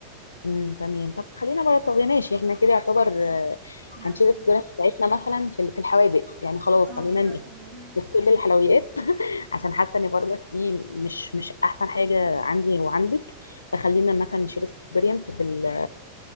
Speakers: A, on the left; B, on the right.
A: امم تمام طب خلينا بره طب يا ماشي احنا كده يعتبر آه،
B: نفس
A: هنشيل
B: ال-
A: الاكسبيرينس بتاعتنا مثلا في ال- في الحوادق يعني خلاص
B: اه
A: خلينا
B: بالظبط كده
A: نكتب الحلويات عشان حاسه ان برضك دي مش مش احسن حاجه عندي وعندك فخلينا مثلا نشير اكسبيرينس في ال-